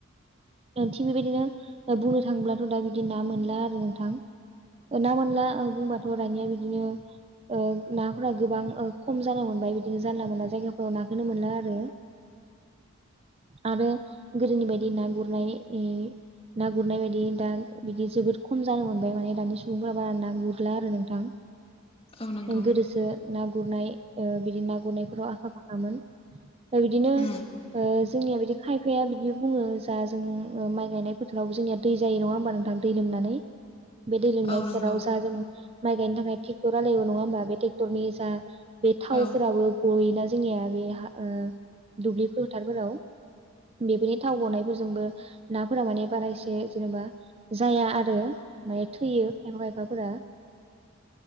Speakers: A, on the right (about 25°); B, on the left (about 25°).
A: ओ थिग बेबायदिनो ओ बुंनो थांब्लाथ' दा बिदि ना मोनला आरो नोंथां। ओ ना मोनला ओ बुंबाथ' दानिया बिदिनो ओ नाफोरा गोबां ओ खम जालांनो मोनबाय बिदिनो जानला मोनला जायगाफोराव नाखौ मोनला आरो।
B: <inaudible>
A: आरो गोदोनि बायदि ना गुरनाय इ ना गुरनाय बायदि दा बिदि जोबोद खम जानो मोनबाय माने दानि सुबुंफोरा बारा ना गुरला आरो नोंथां।
B: औ नंगौ
A: ओं गोदोसो ना गुरनाय ओ बिदि ना गुरनायफोराव आखा फाखामोन। दा बिदिनो
B: उम
A: ओ जोंनिया बिदि खायफाया बिदि बुङो जा जों ओ माइ गायनाय फोथाराव जोंनिया दै जायो नङा होमबा नोंथां। दै दै लोमनानै बे दै लोमनाय
B: औ
A: फोथोराव
B: नंगौ
A: जा जों माइ गायनो थाखाय ट्रेक्टर हालेवयो नङा होमबा। बे ट्रेक्टरनि जा बे थावफोराबो
B: औ
A: गयोना जोंनिया बे हा ओ दुब्लि फोथारफोराव बेफोरनि थाव गनायफोरजोंबो नाफोरा माने बारा एसे जेनेबा जाया आरो। नाया थैयो खायफा खायफाफोरा।
B: <inaudible>